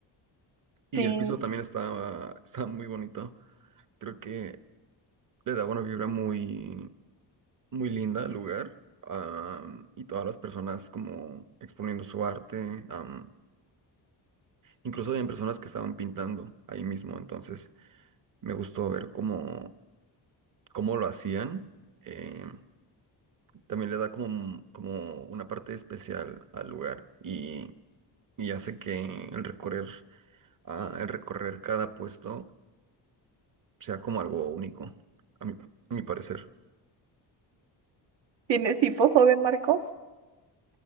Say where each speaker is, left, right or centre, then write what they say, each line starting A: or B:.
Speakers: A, on the right (about 45°); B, on the right (about 75°).
A: Y
B: Sí,
A: el piso también estaba, estaba muy bonito. Creo que le daba una vibra muy, muy linda al lugar. am, y todas las personas como exponiendo su arte. am, incluso había personas que estaban pintando ahí mismo, entonces me gustó ver cómo cómo lo hacían, eh, también le da como, un- como una parte especial al lugar y, y hace que el recorrer, ah, el recorrer cada puesto sea como algo único, a mi, a mi parecer.
B: tiene sí, posó de Marco.